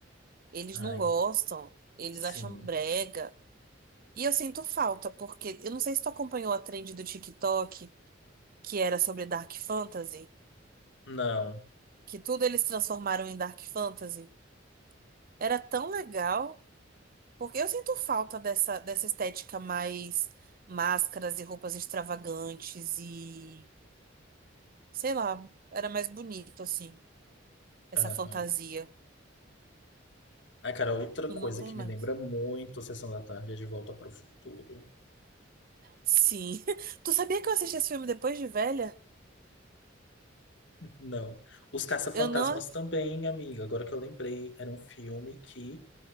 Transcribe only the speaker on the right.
Eles
não gostam, eles
acham brega. E eu sinto falta, porque eu não sei se tu acompanhou a trend do TikTok, que era sobre Dark Fantasy,
que tudo eles transformaram em Dark Fantasy. Era tão legal, porque eu sinto falta dessa, dessa estética mais máscaras e roupas extravagantes e, sei lá, era mais bonito assim, essa
fantasia.
E
não tem
mais.
Sim. <laughs> Tu sabia que eu assisti esse filme depois de velha?
Eu não.